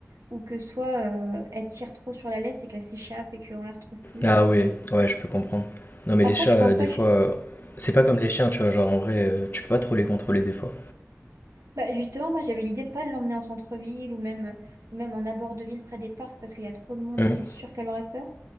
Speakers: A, on the right (about 85°); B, on the left (about 40°).
A: ou que soit euh, elle tire trop sur la laisse et qu'elle s'échappe et qu'on la retrouve plus.
B: Ah oui, ouais, je peux comprendre. Non mais
A: Après,
B: les chats,
A: je pense
B: euh,
A: pas
B: des fois,
A: que
B: euh, c'est pas comme les chiens, tu vois, genre en vrai, euh, tu peux pas trop les contrôler des fois.
A: Bah justement, moi j'avais l'idée pas de l'emmener en centre-ville ou même, ou même en abord de ville près des parcs parce qu'il y a trop de monde
B: Hum.
A: et c'est sûr qu'elle aurait peur.